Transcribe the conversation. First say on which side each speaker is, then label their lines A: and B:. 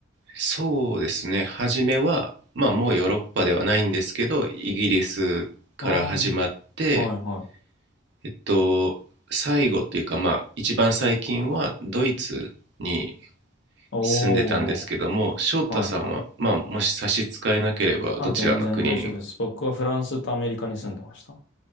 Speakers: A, on the right (about 55°); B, on the left (about 65°).
A: そうですね。初めは、まあもうヨーロッパではないんですけど、イギリスから始まって、
B: ああ、はいはい。
A: えっと、最後っていうかまあ一番最近はドイツに
B: おー、
A: 住んでたんですけども、翔太さんは、
B: はいはい。
A: まあ、もし差し支えなければ、
B: あ、
A: どちらの国に
B: 全然大丈夫です。僕はフランスとアメリカに住んでました。